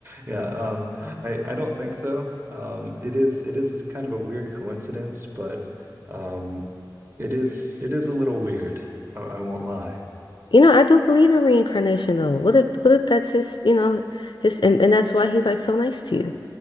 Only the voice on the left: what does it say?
You know, I do believe in reincarnation though. What if what if that's his, you know, his and, and that's why he's like so nice to you?